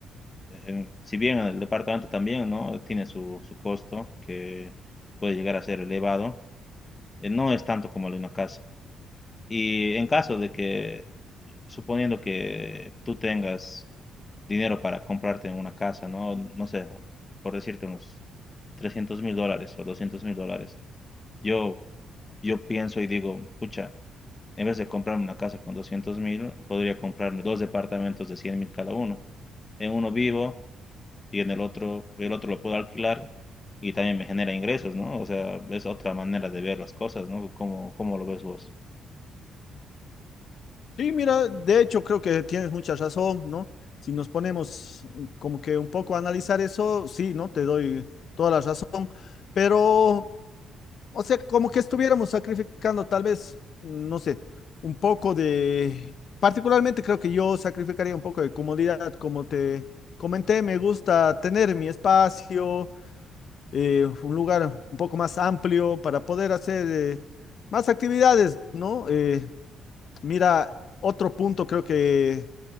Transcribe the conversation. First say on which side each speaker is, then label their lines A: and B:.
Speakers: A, on the left; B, on the left.
A: eh, si bien el departamento también, ¿no? Tiene su, su costo, que puede llegar a ser elevado, eh, no es tanto como el de una casa. Y en caso de que suponiendo que tú tengas dinero para comprarte una casa, ¿no? No sé, por decirte unos trescientos mil dólares o doscientos mil dólares. Yo, yo pienso y digo, pucha, en vez de comprarme una casa con doscientos mil, podría comprarme dos departamentos de cien mil cada uno. En uno vivo y en el otro, el otro lo puedo alquilar y también me genera ingresos, ¿no? O sea, es otra manera de ver las cosas, ¿no? ¿Cómo, cómo lo ves vos?
B: Sí, mira, de hecho creo que tienes mucha razón, ¿no? Si nos ponemos como que un poco a analizar eso, sí, ¿no? Te doy toda la razón, pero, o sea, como que estuviéramos sacrificando tal vez, no sé, un poco de, particularmente creo que yo sacrificaría un poco de comodidad, como te comenté, me gusta tener mi espacio, eh, un lugar un poco más amplio para poder hacer eh, más actividades, ¿no? Eh, Mira, otro punto creo que,